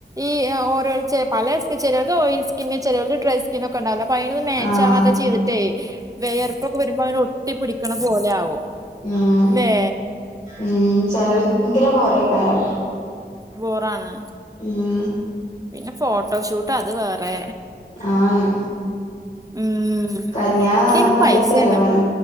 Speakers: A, on the right (about 20°); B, on the left (about 45°).
A: ഈ അ ഓരോ ചെ പല സ്ക് ചെലോര്ക്ക് ഓയിൽ സ്കിന്ന് ചെലോര് ട്രൈസ് കിന്നൊക്കെ ഒണ്ടാവൊല്ലോ അപ്പ അയിനൊന്ന്മേച്ചാവാതെ
B: ആഹ്
A: ചെയ്തി ട്ടേ വെയർപ്പൊക്കെ വരുമ്പോ അങ്ങന ഒട്ടി പിടിക്കണ പോലെ ആവും
B: ഉം
A: ല്ലേ
B: ഉം ചെലൽക്ക് ഭയങ്കര ബോറെയ്കാരം
A: ബോറാണ്
B: ഉം
A: പിന്നെ ഫോട്ടോഷൂട്ട് അത് വേറെ
B: ആന്ന്
A: ഉം
B: കല്യാണം
A: ഒക്കെനും
B: വന്നപ്പ നല്ല
A: പൈസയാണ്
B: ചെലവാണ്